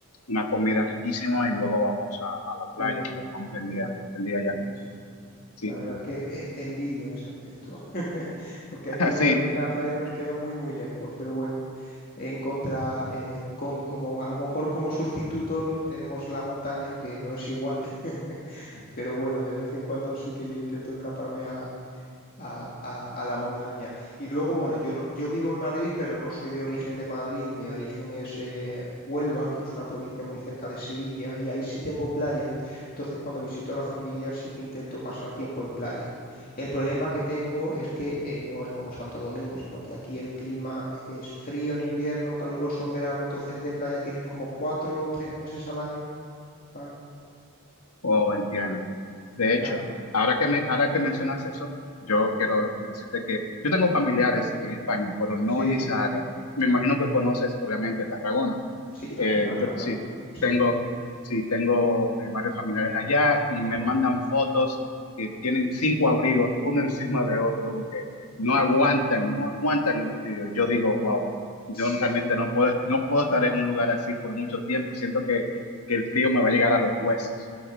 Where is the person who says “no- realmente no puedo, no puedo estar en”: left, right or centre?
Left